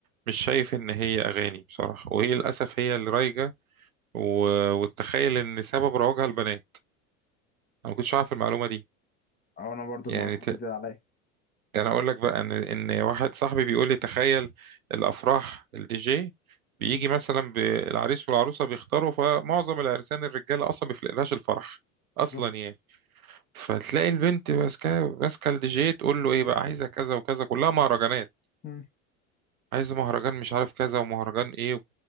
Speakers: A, on the right; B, on the left.
A: مش شايف إن هي أغاني بصراحة وهي للأسف هي اللي رايجة و... وتخيل إن سبب رواجها البنات أنا ما كنتش عارف المعلومة دي
B: او انا برضو
A: يعني
B: المعلومه
A: ت...
B: دي جديده عليا
A: يعني اقول لك بقى ان ان واحد صاحبي بيقول لي تخيل الافراح الدي جي بيجي
B: مم.
A: مثلا بالعريس والعروسه بيختاروا فمعظم العرسان الرجاله اصلا ما بيفلقلهاش الفرح
B: بالظبط
A: اصلا يعني فتلاقي البنت ماسكه ماسكه الدي جي تقول له ايه بقى عايزه كذا وكذا كلها مهرجانات
B: مم.
A: عايزه مهرجان مش عارف كذا ومهرجان ايه